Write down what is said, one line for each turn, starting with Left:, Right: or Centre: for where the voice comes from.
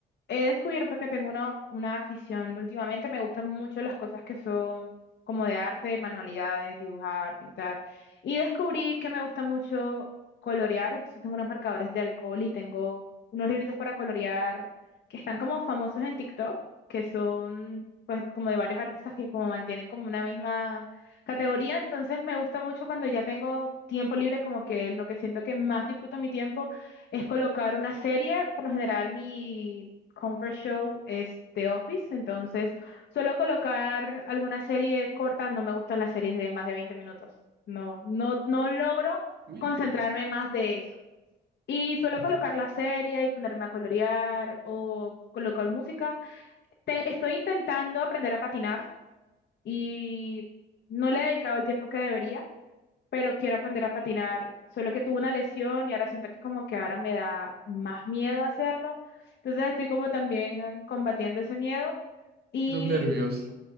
Left: he descubierto que tengo una, una afición últimamente, me gustan mucho las cosas que son como de arte, manualidades, dibujar, pintar, y descubrí que me gusta mucho colorear, entonces tengo unos marcadores de alcohol y tengo unos libritos para colorear que están como famosos en TikTok, que son pues como de varios artistas que como mantienen como una misma categoría, entonces me gusta mucho cuando ya tengo tiempo libre, como que lo que siento que más disfruto mi tiempo es colocar una serie. Por lo general, mi comfort show es The Office, entonces suelo colocar alguna serie corta, no me gustan las series de más de 20 minutos. No, no, no logro
Right: Uy,
Left: concentrarme más de eso. Y suelo
Right: espe-
Left: colocar la serie y ponerme a colorear o colocar música. Te- estoy intentando aprender a patinar y no le he dedicado el tiempo que debería, pero quiero aprender a patinar, solo que tuve una lesión y ahora siento que como que ahora me da más miedo hacerlo, entonces estoy como también combatiendo ese miedo y
Right: esos nervios.